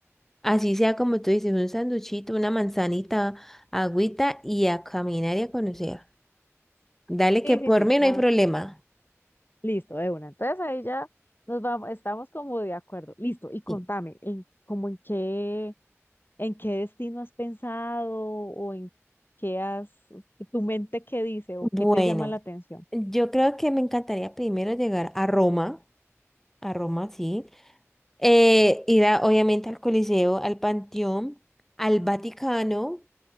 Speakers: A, in the centre; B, on the left.
A: así sea como tú dices, un sanduchito, una manzanita, agüita y a caminar y a conocer. Dale
B: Sí,
A: que por
B: sí, sí,
A: mí
B: la
A: no hay problema.
B: ver- listo, de una. Entonces ahí ya nos vamos, estamos como de acuerdo. Listo, y contame,
A: Sí.
B: en, como en qué ¿En qué destino has pensado o en qué has, tu mente qué dice o
A: Bueno,
B: qué te llama la atención?
A: yo creo que me encantaría primero llegar a Roma, a Roma, sí. eh, ir a- obviamente al Coliseo, al Panteón, al Vaticano